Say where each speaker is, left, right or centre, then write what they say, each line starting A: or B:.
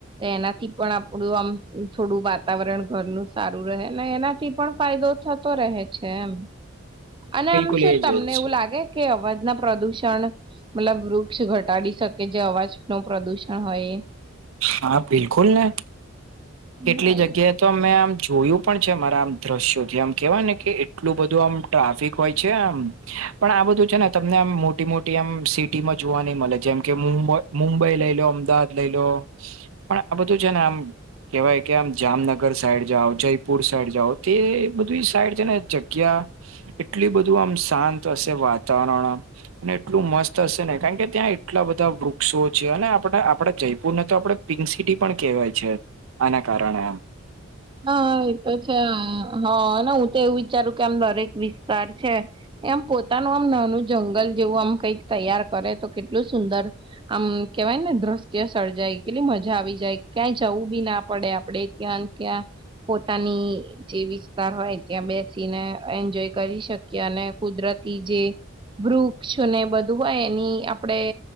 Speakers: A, on the right; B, on the right.
A: એનાથી પણ આપડું આમ થોડું વાતાવરણ ઘરનું સારું રહે ને એનાથી પણ ફાયદો થતો તો રહે છે એમ અને
B: બિલકુલ
A: આમ શું
B: એજ
A: તમને
B: એજ
A: એવું લાગે કે અવાજના પ્રદુષણ મતલબ વૃક્ષ ઘટાડી શકે જે અવાજ નું પ્રદુષણ હોય
B: હા બિલકુલ ને કેટલી
A: ના
B: જગ્યા
A: એ
B: તો મેમે આમ જોયું પણ છે અમારા આમ દ્રશ્યોથી આમ કેહેવાય ને કે એટલું બધું આમ ટ્રાફિક હોય છે આમ પણ આ બધું છે ને તમને આમ મોટી મોટી આમ સિટીમાં જોવા નઈ મળે જેમ કે મુંબઈ મુંબઈ લઈ લો અમદાવાદ લઈ લો પણ આ બધું છે ને આમ કેહેવાય કે આમ જામનગર સાઈડ જાઓ જયપુર સાઈ જાઓ તે બધી સાઈડ છે ને જગ્યા એટલી બધું આમ શાંત હશે વાતાવરણમ અને એટલું મસ્ત હશે ને કારણ કે ત્યાં એટલા બધા વૃક્ષો છે અને આપણે આપણે જયપુરને તો આપણે પિંક સિટી પણ કહેવાય છે આના કારણે આમ
A: હા એતો છે હા ને હું તો એવું વિચારું કે આમ દરેક વિસ્તાર છે. એ આમ પોતાનું આમ નાનું જંગલ જેવું આમ કઈક તૈયાર કરે તો કેટલું સુંદર આમ કેવાયને દ્રશ્ય સર્જાય કેટલી મજા આવી જાય ક્યાંય જવું બી ના પડે આપડે ત્યાં ત્યાં પોતાની જે વિસ્તાર હોય ત્યાં બે બેને એન્જોય કરી શકીએ અને કુદરતી જે વૃક્ષ છ ને બધું હોય એની આપણેે